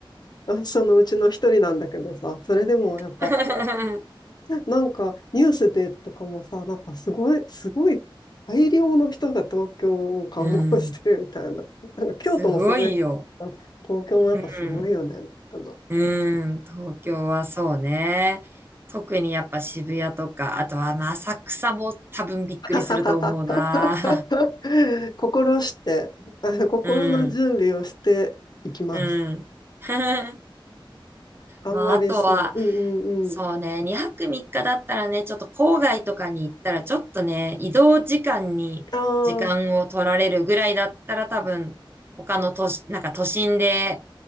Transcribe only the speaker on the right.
<laughs>
うん。
すごいよ。
うん。
うん。東京はそうね。特にやっぱ渋谷とか、あとはまあ浅草も多分びっくりすると思うな。
<laughs> うん。うん。<laughs>
まあ、あとは、
そうね、2泊3日だったらね、ちょっと郊外とかに行ったら、ちょっとね、移動時間に時間を取られるぐらいだったら、
多分、他の都市、なんか都心で、